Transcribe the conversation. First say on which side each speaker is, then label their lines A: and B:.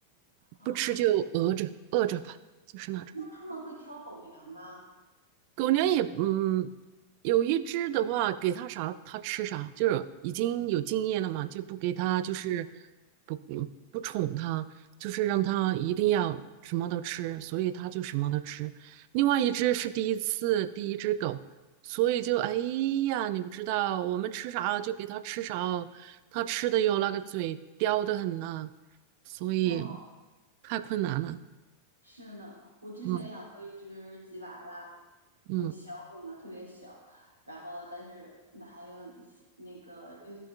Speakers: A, on the right; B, on the right.
A: 哦，
B: 不吃就饿着饿着吧，就是那种。
A: 那他们会挑狗粮吗？
B: 狗粮也，嗯，有一只的话，给它啥它吃啥，就是已经有经验了嘛，就不给它，就是不嗯不宠它，就是让它一定要什么都吃，所以它就什么都吃。另外一只是第一次第一只狗，所以就哎呀，你不知道我们吃啥就给它吃啥哦，它吃的哟那个嘴刁的很呐、所以
A: 哦，
B: 太困难了。
A: 是呢，我之前养过一只吉娃娃，
B: 嗯嗯。
A: 嗯，小狗嘛，特别小，然后但是那还有那个又